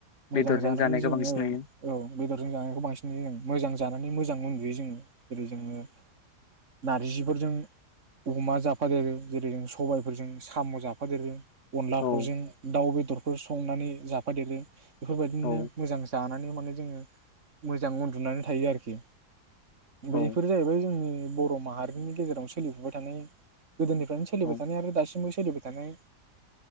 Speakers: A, on the left; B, on the right.
A: बेदरजों
B: मोजां जानाय
A: जानायखौ
B: जों
A: बांसिन
B: औ
A: नुयो
B: औ बेदरजों जानायखौ बांसिन उम मोजां जानानै मोजां उन्दुयो जोङो जेरै जोङो नारजिफोरजों अमा जाफादेरो जेरै जों सबायफोरजों साम' जाफादेरो अनलाफोरजों
A: औ
B: दाउ बेदरफोर संनानै जाफादेरो बेफोरबायदिनो
A: औ
B: मोजां जानानै माने जोङो मोजां उन्दुनानै थायो आरोखि
A: औ
B: बेफोर जाहैबाय जोंनि बर' माहारिनि गेजेराव सोलिफुबाय थानाय गोदोनिफ्रायनो सोलिबाय
A: औ
B: थानाय आरो दासिमबो सोलिबाय थानाय